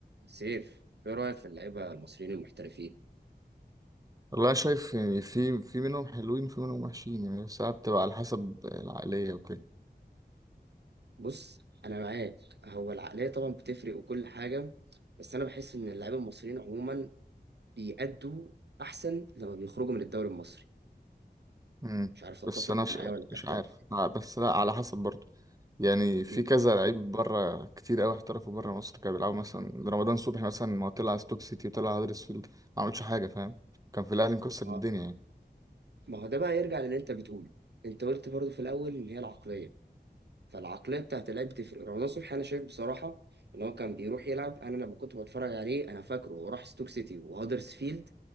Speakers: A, on the right; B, on the right.
A: سيف ايه رايك في اللعيبه المصريين المحترفين
B: والله أنا شايف يعني في في منهم حلوين وفي منهم وحشين يعني ساعات بتبقى على حسب العقلية وكده
A: بص انا معاك هو العقليه طبعا بتفرق وكل حاجه بس انا بحس ان اللعيبه المصريين عموما بيأدوا احسن لما بيخرجوا من الدوري المصري
B: امم
A: مش عارف تتفق
B: بس أنا ش...
A: معايا ولا تختلف
B: مش عارف آه، بس لا على حسب برضه يعني في
A: مم.
B: كذا لعيب بره كتير قوي احترفوا بره مصر كانوا بيلعبوا مثلا رمضان صبحي مثلا ما هو طلع ستوك سيتي وطلع هدرسفيلد ما عملش حاجة فاهم كان في الأهلي مكسر
A: ما
B: الدنيا يعني
A: ما هو ده بقى يرجع للي انت بتقوله انت قلت برضو في الاول ان هي العقليه فالعقليه بتاعت اللعيب بتفرق رمضان صبحي انا شايف بصراحه ان هو كان بيروح يلعب انا لما كنت بتفرج عليه انا فاكره هو راح ستوك سيتي وهدرسفيلد